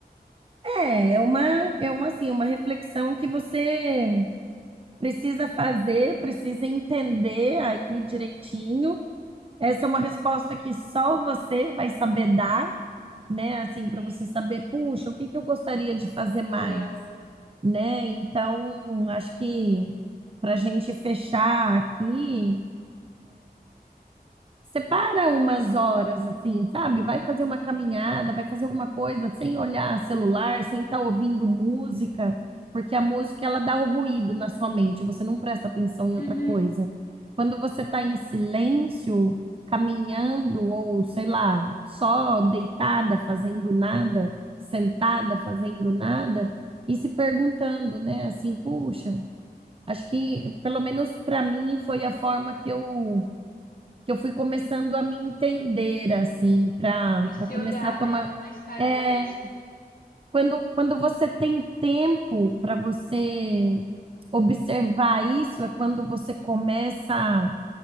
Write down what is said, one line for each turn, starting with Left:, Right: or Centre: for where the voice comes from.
Right: É, é uma, é uma, assim, uma reflexão que você precisa fazer, precisa entender aí direitinho. Essa é uma resposta que só você vai saber dar, né? Assim, para
Left: É,
Right: você saber, puxa, o que que eu gostaria de fazer mais,
Left: boa.
Right: né? Então, acho que para a gente fechar aqui, Separa umas horas assim, sabe? Vai fazer uma caminhada, vai fazer alguma coisa sem olhar celular, sem estar ouvindo música, porque a música ela dá o ruído na sua mente, você não presta atenção em
Left: Uhum.
Right: outra coisa. Quando você está em silêncio, caminhando ou sei lá, só deitada, fazendo nada, sentada, fazendo nada e se perguntando, né, assim, puxa, acho que pelo menos para mim foi a forma que eu que eu fui começando a me entender, assim, para
Left: A
Right: para
Left: se
Right: começar
Left: olhar,
Right: a tomar.
Left: né, com mais carinho
Right: É,
Left: mesmo.
Right: quando, quando você tem tempo para você observar isso, é quando você começa